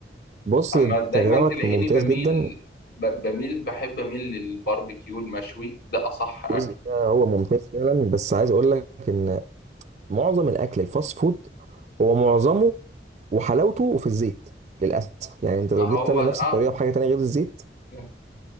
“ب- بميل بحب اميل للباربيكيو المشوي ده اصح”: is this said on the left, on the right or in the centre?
Left